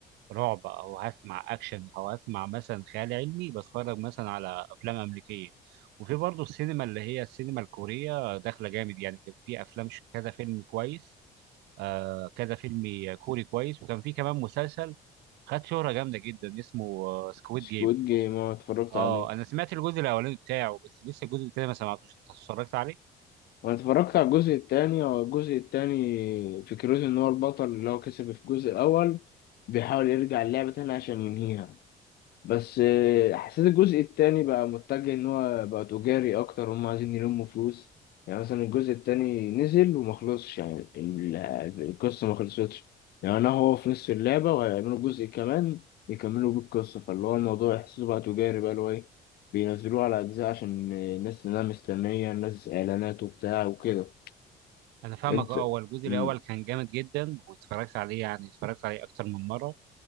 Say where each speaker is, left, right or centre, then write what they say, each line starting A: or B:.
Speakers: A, on the right (about 80°); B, on the left (about 70°).
A: رعب او هسمع اكشن او هسمع مثلا خيال علمي بتفرج مثلا على افلام امريكيه وفي برضه السينما اللي هي السينما الكوريه داخله جامد يعني كان في افلام ش- كذا فيلم كويس آه كذا فيلم كوري كويس وكان في كمان مسلسل خد شهره جامده جدا اسمه سكويد
B: سكويد
A: جيم
B: جيم اه اتفرجت
A: اه
B: عليه
A: Squid Game. آه، انا سمعت الجزء الاولاني بتاعه بس لسه الجزء التاني ما سمعتوش انت اتفرجت عليه
B: وانا اتفرجت على الجزء التاني هو الجزء التاني فكرته ان هو البطل اللي هو كسب في الجزء الاول بيحاول يرجع اللعبه تاني عشان ينهيها بس آه، حسيت الجزء التاني بقى متجه ان هو بقى تجاري اكتر هم عايزين يلموا فلوس يعني مثلا الجزء التاني نزل وما خلصش يعني ال- القصة ما خلصتش يعني انا هو في نص اللعبة وهيعملوا جزء كمان يكملوا بيه القصة فاللي هو الموضوع يحسسوا بقى تجاري بقى اللي هو ايه بينزلوه على اجزاء عشان الناس انها مستنية الناس اعلانات وبتاع وكده
A: انا فاهمك
B: انت
A: اه هو الجزء
B: مم.
A: الاول كان جامد جدا واتفرجت عليه يعني اتفرجت عليه اكتر من مره